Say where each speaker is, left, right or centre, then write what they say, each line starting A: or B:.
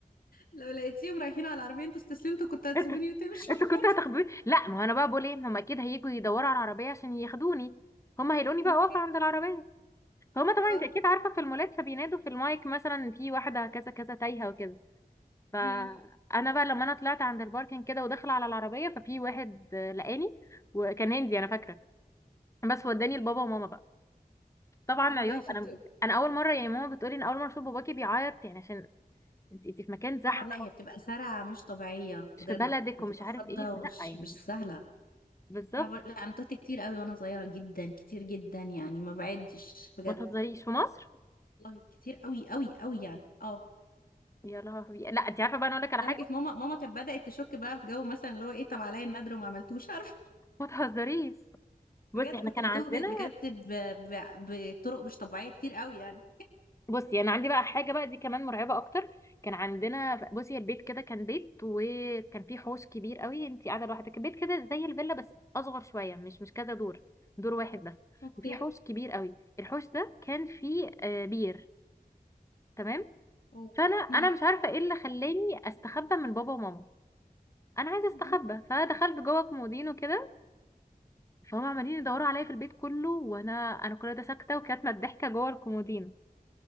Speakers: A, on the left; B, on the left.
A: لو لقيتيهم رايحين على العربيه انتوا استسلمتوا كنت
B: <laughs>
A: هتسيبوني
B: انت
A: وتمشوا
B: انت
A: <laughs> بجد
B: كنت هتاخدوني لا ما هو انا بقى بقول ايه ما هم اكيد هيجوا يدوروا على العربيه عشان ياخدوني هم هيلاقوني بقى
A: اوكي
B: واقفه عند العربيه فهم طبعا
A: اه
B: انت اكيد عارفه في المولات فبينادوا في المايك مثلا في واحده كذا كذا تايهه وكده فانا
A: مم.
B: بقى لما انا طلعت عند الباركنج كده وداخله على العربيه ففي واحد آه، لقاني وكان هندي انا فاكره بس وداني لبابا وماما بقى طبعا
A: طب والله
B: عياط
A: شاطر
B: انا انا اول مره يعني ماما بتقولي ان اول مره اشوف باباكي بيعيط يعني عشان انت انت في مكان زحمه
A: طبعا لا هي بتبقى سرعه مش طبيعيه
B: مش
A: بجد
B: في بلدك
A: بتبقى
B: ومش عارف
A: خضه
B: ايه
A: ومش
B: فلا يعني
A: مش سهله
B: بالظبط
A: انا بقول... لا انا تهت كتير قوي وانا صغيره جدا كتير جدا يعني ما بعدش بجد
B: ما تهزريش في مصر
A: والله كتير قوي قوي قوي يعني اه
B: يا لهوي لا انت عارفه بقى انا اقول لك على حاجه
A: لدرجه ماما ماما كانت بدات تشك بقى في جو مثلا اللي هو ايه طب عليا النادر وما عملتوش عارف
B: ما تهزريش
A: <laughs>
B: بصي
A: بجد
B: احنا
A: كنت
B: كان
A: بتوه
B: عندنا
A: ب- بجد ب... ب... بطرق مش طبيعيه كتير قوي يعني
B: بصي انا عندي بقى حاجه بقى دي كمان مرعبه اكتر كان عندنا ف- بصي البيت كده كان بيت وكان فيه حوش كبير قوي انت قاعده لوحدك البيت كده زي الفيلا بس اصغر شويه مش مش كذا دور دور واحد بس
A: اوكي
B: وفيه حوش كبير قوي الحوش ده كان فيه آه، بير تمام
A: اوه
B: فانا انا
A: هم
B: مش عارفه ايه اللي خلاني استخبى من بابا وماما انا عايزه استخبى
A: دي
B: فدخلت جوه كومودينو كده فهم عمالين يدوروا عليا في البيت كله وانا انا كل ده ساكته وكانت متضحكه جوه الكومودينو